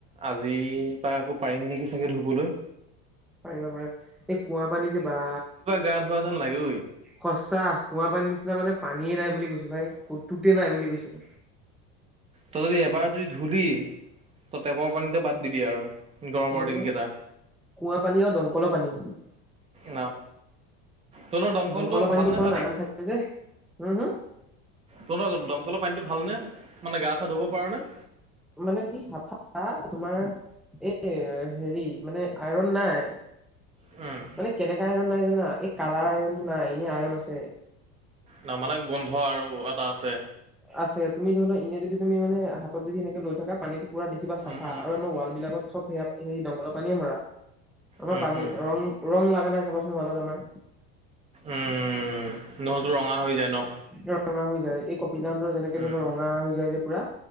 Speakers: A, on the right; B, in the centre.
A: আজিৰ পা আকৌ পাৰিম নেকি চাগে ধুবলৈ।
B: পাৰিবা পাৰিবা। এই কুঁৱা পানী যে বা,
A: গা ধোৱা যেন লাগেঐ।
B: সঁচা কুঁৱ পানীৰ নিচিনা মানে পানীয়ে নাই বুলি কৈছো ভাই কতোতে নাই বুলি কৈছো
A: তই যদি এবাৰ যদি ধূলি তই টেপৰ পানীত বাদ দিবি আৰু গৰমৰ
B: এ
A: দিনকেইটা
B: কুঁৱা পানী আৰু দমকলৰ পানী।
A: ন, তহতৰ দমকলটো
B: দমকলৰ পানীটো
A: ভাল নে
B: কাৰণ
A: পানী
B: আইৰণ যে, হম হুম।
A: তুহোতৰ দমকলৰ পানীটো ভাল নে। মানে গা চা ধুব পাৰ নে।
B: মানে কি চাফা তোমাৰ এ হেৰি মানে আইৰন নাই।
A: উম'
B: মানে কেনেকা আইৰণ নাই জানা। এই কালাৰ আইৰনটো নাই, এনেই আইৰণ আছে।
A: ন মানে গোন্ধ আৰু এটা আছে।
B: আছে। তুমি ধৰি লোৱা এনে যদি তুমি মানে হাতত যদি এনেকে লৈ থাকা পানীটো, পুৰা দেখিবা চাফা
A: উম উম উম
B: আৰু আমাৰ ৱাল বিলাকত চব সেয়া সেই দমকলৰ পানীয়ে মৰা আমাৰ
A: উম
B: পানীৰ
A: উম
B: ৰং, ৰং লগা নাই চাবাচোন ওয়ালত আমাৰ।
A: উম 'নহয়তো ৰঙা হৈ যায় ন।
B: ৰঙা হৈ যায় এই কপিলাডৰ যেনেকে
A: উম
B: ধৰৰ ৰঙা হৈ যায় যে পুৰা